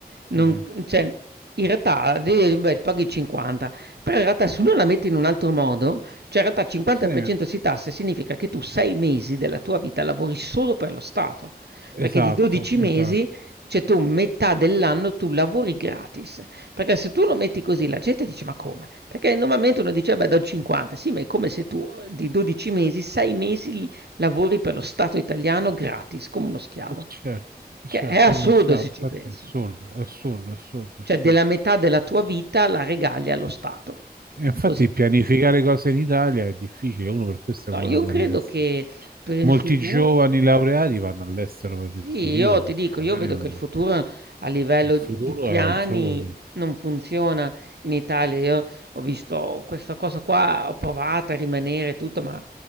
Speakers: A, on the right; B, on the right.
A: non
B: Mhm.
A: cioè in realtà di beh, paghi 50, però in realtà se uno la mette in un altro modo, cioè in realtà il 50%
B: Sì,
A: si tasse significa che tu 6 mesi della tua vita lavori solo per lo Stato,
B: esatto,
A: perché di 12 mesi,
B: esatto.
A: cioè tu metà dell'anno tu lavori gratis, perché se tu lo metti così la gente dice: "Ma come? Perché normalmente uno dice: "Vabbè, do il 50". Sì, ma è come se tu, uhm, di 12 mesi, 6 mesi l lavori per lo Stato italiano gratis, come uno schiavo.
B: E certo, e
A: Che
B: certo,
A: è assurdo
B: uno schiavo,
A: se ci
B: infatti
A: pensi.
B: è assurdo, è assurdo, è assurdo, è
A: Cioè
B: assurdo.
A: della metà della tua vita la regali allo Stato.
B: E infatti
A: Così.
B: pianificare cose in Italia è difficile, uno per questo
A: No,
B: vuole
A: io
B: andare
A: credo
B: all'estero.
A: che per il
B: Molti
A: futu
B: giovani laureati vanno all'estero per
A: Sì,
B: questo motivo,
A: io
B: perché
A: ti dico, io
B: magari
A: vedo che il futuro a livello
B: il futuro
A: di piani
B: è altrove.
A: non funziona in Italia. Io ho visto questa cosa qua, ho provato a rimanere e tutto, ma